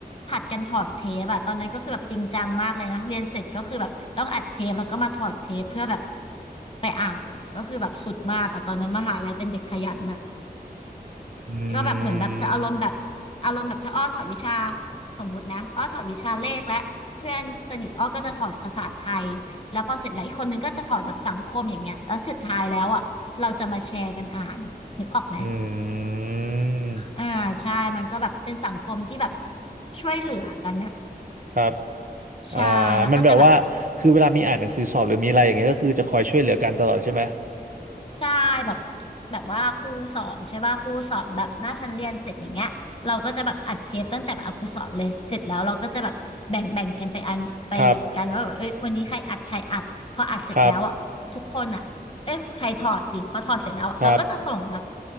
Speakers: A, on the left; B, on the right.
A: ผัดกันถอดเทปอะตอนนั้นก็คือแบบจริงจังมากเลยนะเรียนเสร็จก็คือแบบต้องอัดเทปแล้วก็มาถอดเทปเพื่อแบบไปอ่านอะก็คือแบบสุดมากอะตอนนั้นมหาลัยเป็นเด็กขยันอะ
B: อืม
A: ก็แบบเหมือนแบบจะอารมณ์แบบอารมณ์แบบถ้าอ้อถอดวิชาสมมุตินะอ้อถอดวิชาเลขและเพื่อนสนิทอ้อก็จะถอดภาษาไทยแล้วพอเสร็จแล้วอีกคนนึงก็จะถอดแบบสังคมอย่างเงี้ยแล้วสุดท้ายแล้วอ่ะเราจะมาแชร์กันอ่านนึกออกไหม
B: อืม
A: อ่าใช่มันก็แบบเป็นสังคมที่แบบช่วยเหลือกันนะ
B: ครับ
A: ใช่แล้วก็จะแบบ
B: อ่ามันแบบว่าคือเวลามีอ่านหนังสือสอบหรือมีอะไรอย่างเงี้ยก็คือจะคอยช่วยเหลือกันตลอดใช่ไหม
A: ใช่แบบแบบว่าครูสอนใช่ป่ะครูสอนแบบหน้าชั้นเรียนเสร็จอย่างเงี้ยเราก็จะแบบอัดเทปตั้งแต่แบบเอาครูสอนเลยเสร็จแล้วเราก็จะแบบแบ่งแบ่งกันไปอันไปแบบกันว่าแบบเอ้ยวันนี้ใครอัดใครอัดพออัดเสร็จแล้วอ่ะทุกคนอ่ะเอ้ยใครถอดสิพอถอดเสร็จแล้วอะเราก็จะส่งแบบ
B: ครับครับครับ